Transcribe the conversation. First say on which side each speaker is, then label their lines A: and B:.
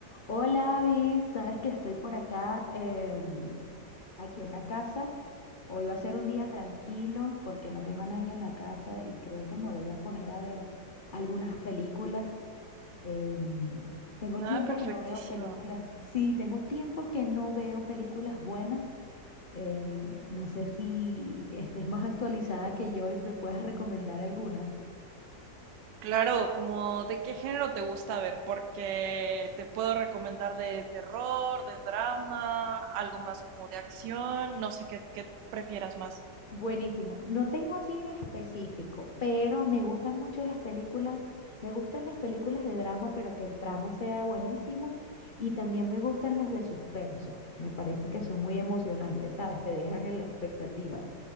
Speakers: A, on the left (about 45°); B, on the right (about 80°).
A: Hola, Abby, sabes que estoy por acá, em, aquí en la casa. Hoy va a ser un día tranquilo porque no tengo a nadie en la casa y creo que me voy a poner a ver algunas películas. Em, tengo
B: Nada,
A: tiempo
B: perfectísimo.
A: que no veo películas. Sí, tengo tiempo que no veo películas buenas. Eh, no sé si estés más actualizada que yo y me puedas recomendar algunas.
B: Claro, como de qué género te gusta ver, porque te puedo recomendar de terror, de drama, algo más como de acción, no sé qué, qué prefieras más.
A: Buenísimo. No tengo así en específico, pero me gustan mucho las películas. Me gustan las películas de drama, pero que el trama sea buenísimo. Y también me gustan las de suspenso. Me parece que son muy emocionantes, ¿sabes? Te dejan en la expectativa.